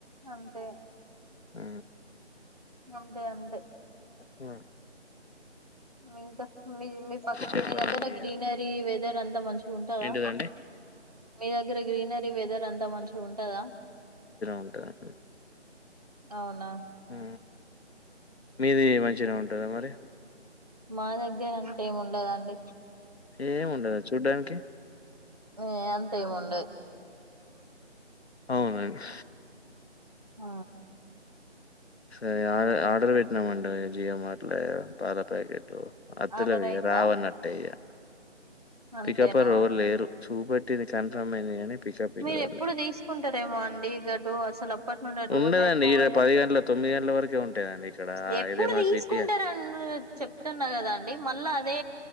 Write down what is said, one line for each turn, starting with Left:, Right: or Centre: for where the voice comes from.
Right: అంతే
Left: ఆ
Right: అంతే అంతే
Left: ఊ
Right: ఇంకా మీ మీ పక్క
Left: చెప్పాలండి
Right: మీ దగ్గర గ్రీనరీ
Left: ఇగ
Right: వెదర్ అంతా మంచి ఉంటదా
Left: ఏంటిదండి
Right: మీ దగ్గర గ్రీనరీ వెదర్ అంతా మంచిగా ఉంటదా
Left: ఉంటాది అండి
Right: అవునా
Left: ఊ మీది మంచిగా
Right: హ్మ్.
Left: ఉంటుదా మరి
Right: మా దగ్గర అంతేమీ ఉండదండి
Left: ఏమి ఉండద చూడ్డానికి
Right: ఏ అంత ఏమి ఉండదు
Left: అవునండి
Right: ఆ
Left: సరే ఆ ఆర్డర్ పెట్టినామండి జియో మార్టులో పాలా ప్యాకెట్లు అత్తాడు
Right: ఆర్డర్
Left: ఇగ
Right: అయిందా
Left: రావు అన్నట్టే ఇగ
Right: అంతేనా
Left: పికపర్ ఎవరు లేరు చూపెట్టింది కన్ఫర్మ్ అయింది గాని పికప్ ఇంకెవరు
Right: మీరు ఎప్పుడు
Left: లేరు
Right: తీసుకుంటారేమో అండి గట్టు అసలు అప్పటి నుండి అటుపోతే
Left: ఉండదండి
Right: పోరేమో
Left: ఈడ పది గంటల తొమ్మిది గంటల వరకే ఉంటదండి ఇక్కడ
Right: రేపు ఇప్పుడు
Left: ఇదేమన్నా
Right: తీసుకుంటారని
Left: సిటీయా
Right: చెప్తున్నా కదాండి మళ్ళా అదే